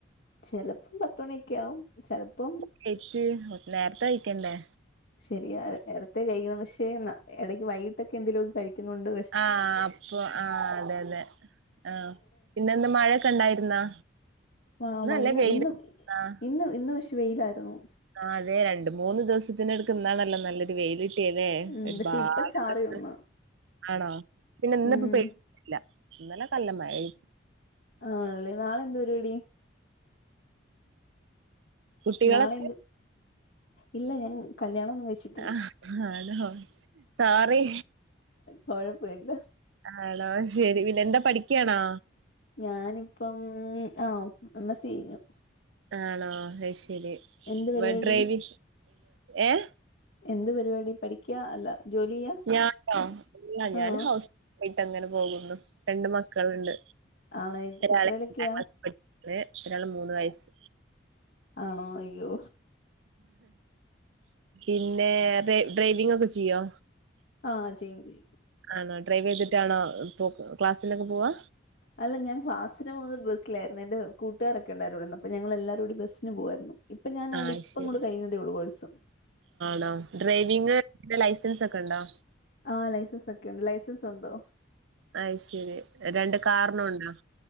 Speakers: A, on the left; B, on the right.
A: ചിലപ്പം പത്തുമണിയൊക്കെ ആകും ചിലപ്പം
B: തെറ്റ് നേരത്തെ കഴിക്കണ്ടേ
A: ശരിയാ നേരത്തെ കഴിക്കണം പക്ഷെ ഇടക്ക് വൈകിട്ടൊക്കെ എന്തെലുമൊ കഴി കുന്നുണ്ട്
B: ആഹ് അപ്പൊ ആഹ് അതെ അതെ ആഹ് പിന്നെന്ത് മഴയൊക്കെ ഉണ്ടായിരുന്നാ
A: ആഹ്
B: ഇന്ന്
A: ഭയങ്കര
B: നല്ല വെയില്
A: ഇന്ന്
B: ആഹ്
A: ഇന്ന് ഇന്ന് പക്ഷെ വെയിലായിരുന്നു
B: ആഹ് അതെ രണ്ട് മൂന്ന് ദിവസത്തിനടുക്ക് ഇന്നാണല്ലോ നല്ലൊരു വെയിൽ കിട്ടിയ തേ
A: ഉം
B: ഒരുപാട്
A: പക്ഷെ ഇപ്പ ചാറി
B: ഡ്രസ്സ്
A: ഒന്ന്
B: ആണോ പിന്നെപ്പ
A: ഉം
B: ഇല്ല ഇന്നലെ കല്ല മഴ ആയിരുന്നു.
A: ആണല്ലേ നാളെന്തതു പരിപാടി
B: കുട്ടികളൊക്കെ
A: നാളെ എന്ത് ഇല്ല ഞാൻ കല്യാണം ഒന്ന് കഴിച്ചി
B: ആഹ് ആണോ സോറി
A: കൊഴപ്പമില്ല
B: ആണോ ശരി പിന്നെ എന്താ പഠിക്കാണോ
A: ഞാനിപ്പം ആഹ് എമ്മസി കഴിഞ്ഞു
B: ആണോ അയ് ശരി
A: എന്ത് പരിപാടി
B: ഇ ഡ്രൈവി ഏഹ
A: എന്ത് പരിപാടി പഠിക്കുക അല്ല ജോലി ചെയ്യാ
B: ഞാനോ എല്ല ഞാൻ
A: ആഹ്
B: ഹൗസ്ഫ ആയിട്ട് അങ്ങനെ പോകുന്നു രണ്ട് മക്കളുണ്ട്
A: ആണോ എ-
B: ഒരാളെ
A: എത്രയിലൊക്കെയാ
B: അഞ്ചാം ക്ലാസിൽ പഠിക്കണ് ഒരാള് മൂന്ന് വയസ്സ്
A: ആണോ അയ്യോ
B: പിന്നെ ഡ്രൈ ഡ്രൈവിംഗ് ഒക്കെ ചെയ്യോ
A: ആഹ ചെയ്യും ചെയ്യ
B: ആണോ ഡ്രൈവ് ചെയ്തിട്ടാണോ ക്ലാസ്സിിലൊക്കെ പോവാ
A: അല്ല ഞാൻ ക്ലാസിന് പൊന്നെ ബസ്സിലായിരുന്നു എന്റെ കൂട്ടുകാരൊക്കെണ്ടരോടന്ന് അപ്പോ ഞങ്ങൾ എല്ലാരും കൂടി ബസ്സിന് പോവായിരുന്നു ഇപ്പൊ ഞാന
B: ആ
A: ഇപ്പ
B: ശരി
A: ഇങ്ങട്ട് കഴിഞ്ഞതേ ഉള്ളൂ കോഴ്സ്
B: ആണോ ഡ്രൈവിംഗ്ലൈസൻസ് ഒക്കെ ഉണ്ടോ
A: ആഹ ലൈസൻസ് ഒക്കെ ഉണ്ട് ലൈസൻസ് ഉണ്ട്
B: അ ശരി രണ്ട് കാറിനുംണ്ടോ